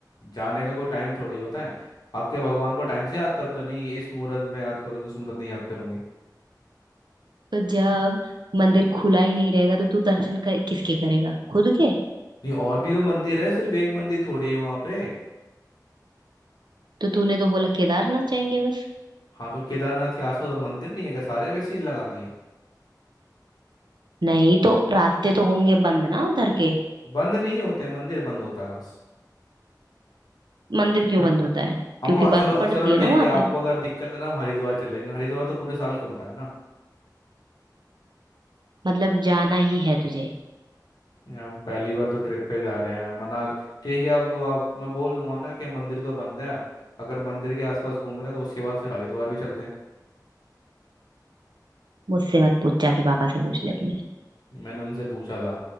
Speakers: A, on the left; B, on the right.
A: जाने का कोई टाइम थोड़ी होता है आप क्या भगवान को टाइम से याद करते हो? नहीं इस मुहूर्त में याद करूंगी उस मुहूर्त में याद करूंगी
B: तो जब मंदिर खुला ही नहीं रहेगा तो तू दर्शन कर, किसके करेगा खुद के
A: नहीं और भी तो मंदिर है सिर्फ एक मंदिर थोड़ी है वहाँ पे
B: तो तूने तो बोला केदारनाथ जाएंगे बस
A: हाँ तो केदारनाथ के आसपास और मंदिर नहीं है क्या सारे वैसे ही लगा दिए
B: नहीं तो रास्ते तो होंगे बंद ना उधर के
A: बंद नहीं होते मंदिर बंद होता है बस
B: मंदिर क्यों बंद होता है
A: हम
B: क्योंकि
A: वहाँ-
B: बर्फ
A: चलो
B: पड़ती
A: चलो
B: है ना
A: ठीक
B: वहां
A: है आपको
B: पे
A: अगर दिक्कत है ना हम हरिद्वार चलेंगे हरिद्वार तो पूरे साल खुलता है ना
B: मतलब जाना ही है तुझे
A: अब पहली बार तो ट्रिप पे जा रहे हैं मनाल ठीक है अब वो आप मैं बोल दूंगा ना कि मंदिर तो बंद है अगर मंदिर के आसपास घूम रहे हैं तो उसके बाद फिर हरिद्वार भी चलते हैं
B: मुझसे मत पूछ जाके पापा से पूछ ले अपने
A: मैंने उनसे पूछा था